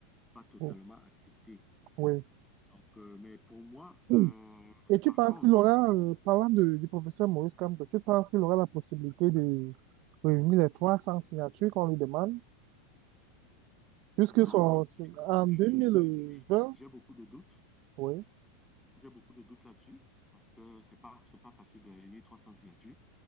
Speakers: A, in the centre; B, on the right.
A: pas totalement
B: Mhm.
A: acceptée.
B: Oui.
A: Donc, euh, mais pour moi,
B: Mm.
A: euh,
B: Et tu
A: par
B: penses
A: contre,
B: qu'il aura, euh, parlant de- du professeur Maurice Kamto, tu penses qu'il aura la possibilité de réunir les 300 signatures qu'on lui demande, puisque
A: non,
B: son,
A: je
B: son-
A: suis,
B: en
A: je
B: deux
A: suis,
B: mille
A: je suis,
B: vingt,
A: j'ai beaucoup de doutes,
B: oui,
A: j'ai beaucoup de doutes là-dessus parce que c'est pas, c'est pas facile de réunir 300 signatures.